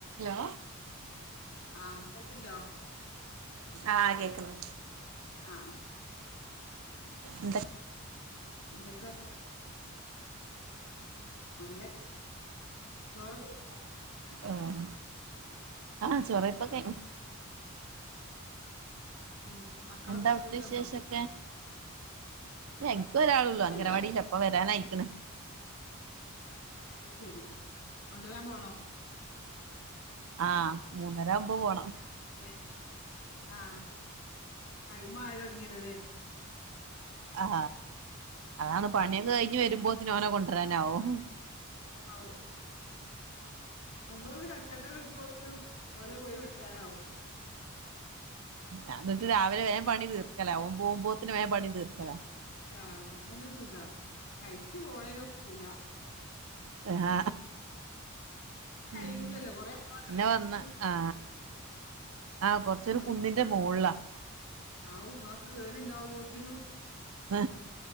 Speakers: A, on the right; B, on the left.
A: Hello?
B: ആ <unintelligible>
A: ആഹ് കേക്കുന്ന്
B: ആ.
A: ന്ത
B: <unintelligible> നല്ല <unintelligible>
A: ഉം ആ ചോറ് കഴിപ്പൊക്കെ
B: ഉം മക്കളൊക്കെ
A: എന്താ അവിടുത്തെ
B: സ്കൂള് വിട്ട്
A: വിശേഷൊക്കെ
B: വന്നോ
A: ഇല്ല എനിക്ക് ഒരാളള്ളൂ
B: കൊഴപ്പല്ല
A: അംഗനവാടില്ല ഇപ്പ വരാനയിക്കണ്.
B: അത് ശെരി കൊണ്ടുവരാൻ പോണോ?
A: ആ മൂന്നരവുമ്പോ പോണം.
B: ഏ ആ ടൈം ആയി തുടങ്ങിയല്ലല്ലേ?
A: ആ. അതാണ് പണിയൊക്കെ
B: ഉം
A: കഴിഞ്ഞു വരുമ്പോത്തിനും ഓനെ കൊണ്ടുവരാനാവും.
B: ഔ, നമ്മളൊന്ന് കിടക്കട്ടെ നിക്കുമ്പത്തിനും ഓലെ പോയി കൊണ്ടുവരാനാവും.
A: ആ എന്നിട്ട് രാവിലെ വേം പണി തീർക്കല ഓൻ പോകുമ്പോത്തിന് വേം പണി തീർക്കല.
B: ആ എന്ന പിന്നെ സുഖാ കഴിച്ചു പോണേല ഒക്കൂല.
A: ആ.
B: കയ്യൂലല്ലോ
A: ഉം
B: കൊറേ പോവാണ്ടോരാൾക്ക്
A: പിന്നെ വന്ന് ആ. ആഹ് കൊറച്ചരു
B: കൊറേ
A: കുന്നിന്റെ
B: പോവാ
A: മോളിലാ.
B: <unintelligible>
A: ആ